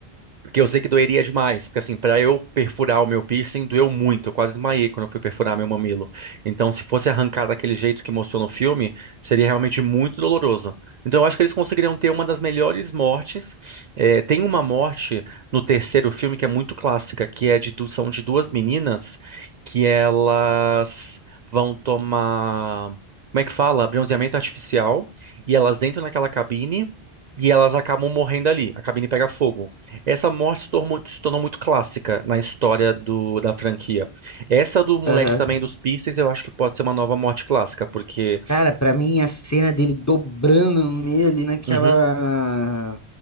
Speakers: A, on the right (about 55°); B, on the left (about 20°).
A: Porque eu sei que doeria demais, porque assim, para eu perfurar o meu piercing, doeu muito, eu quase esmaiei quando eu fui perfurar meu mamilo. Então, se fosse arrancar daquele jeito que mostrou no filme, seria realmente muito doloroso. Então, eu acho que eles conseguiriam ter uma das melhores mortes. É, tem uma morte no terceiro filme que é muito clássica, que é de, du- são de duas meninas que elas vão tomar, como é que fala? Bronzeamento artificial, e elas entram naquela cabine e elas acabam morrendo ali. A cabine pega fogo. Essa morte se tornou, se tornou muito clássica na história do, da franquia. Essa do moleque
B: Aham.
A: também dos Pistons, eu acho que pode ser uma nova morte clássica, porque
B: Cara, pra mim a cena dele dobrando no meio ali naquela
A: uhum,